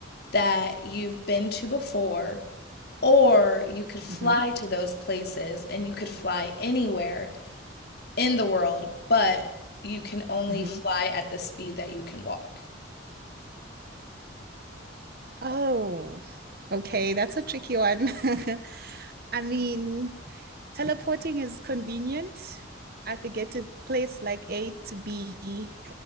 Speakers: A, on the left; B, on the right.
A: that you've been to before, or you could fly
B: Mm-hmm.
A: to those places and you could fly anywhere in the world, but you can only
B: Mm-hmm.
A: fly at the speed that you can walk.
B: Oh, okay. That's a tricky one. <laughs> I mean, teleporting is convenient. I could get to place like A to B